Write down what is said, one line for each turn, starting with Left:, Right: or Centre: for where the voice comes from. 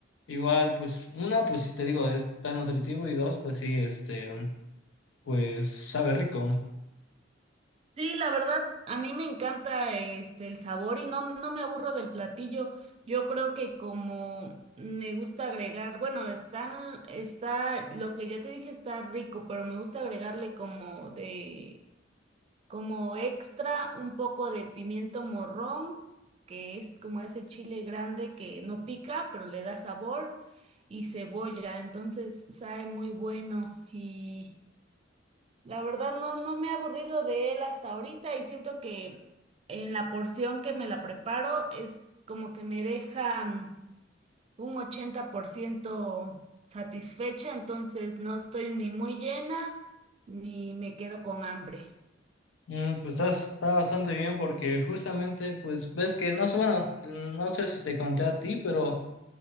Left: igual, pues, una, pues si te digo, es tan nutritivo, y dos, pues sí, este, pues sabe rico.
Right: Sí, la verdad, a mí me encanta este el sabor y no, no me aburro del platillo. Yo creo que como me gusta agregar, bueno, están, está, lo que ya te dije está rico, pero me gusta agregarle como de, como extra un poco de pimiento morrón, que es como ese chile grande que no pica, pero le da sabor, y cebolla, entonces sabe muy bueno y la verdad no, no me he aburrido de él hasta ahorita y siento que en la porción que me la preparo es como que me deja mm, un 80% satisfecha, entonces no estoy ni muy llena ni me quedo con hambre.
Left: Mm, Pues está, está bastante bien porque justamente, pues ves que, no sé, bueno, mm, no sé si te conté a ti, pero